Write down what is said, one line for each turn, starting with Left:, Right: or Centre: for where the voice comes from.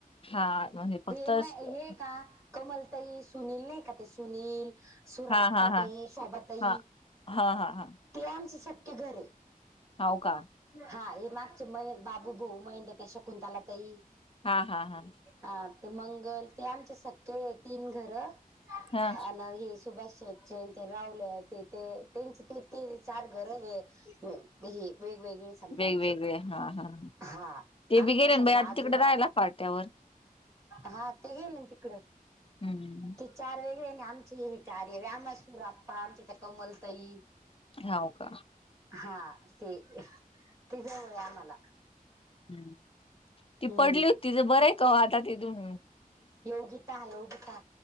Left: हा म्हणजे फक्त
Right: हे म
Left: स-
Right: हे का. कमलताई सुनील नाही का ते सुनील. सुरप
Left: हा हा हा
Right: ते शोभतई.
Left: हा हा हा हा
Right: ते आमच सक्े घर आहे.
Left: हाव का
Right: हा हे मागचे मै बाबू भाऊ मैंद त्या शकुंताला तई
Left: हा हा हा.
Right: हा ते मंगल ते आमचे सख्खे आहे तीन घरं.
Left: हा
Right: आणि हे सुभाष शेठ, ते रावले ते ते त्यांचे ते ते चार घर व वेगवेगळे आमचे
Left: वेगवेगळे
Right: आमचे
Left: हा हा
Right: हा
Left: ते
Right: आमचे
Left: बी गेले
Right: समजा
Left: ना बाई आता
Right: आजोबा.
Left: तिकडे राहायला पाट्यावर
Right: हा ते गेले ना तिकड.
Left: हम्म
Right: चार वेगळे ना आमचे हे चार वेगळे आम्हसूर आप्पा आमच्या त्या कमल तई.
Left: हो का?
Right: हा ते ति जवळे आम्हाला
Left: हम्म ती
Right: हम्म
Left: पडली होती तर बरंय का ओ आता तिथून
Right: योगिता योगिता